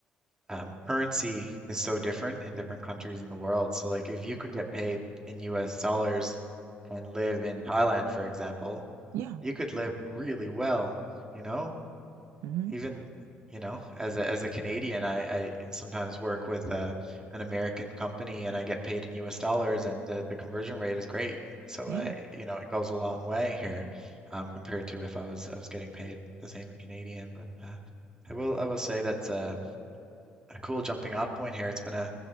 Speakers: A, on the right; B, on the right.
A: um, currency is so different in different countries in the world. So like if you could get paid in US dollars and live in Thailand, for example,
B: Yeah.
A: you could live really well, you know,
B: hmm
A: even you know as a as a Canadian I, I sometimes work with uh, an American company and I get paid in US dollars and the, the conversion rate is great so
B: Yeah.
A: I you know it goes a long way here um, compared to if I was I was getting paid the same in Canadian but uh, I will I will say that's a, a cool jumping off point here it's been a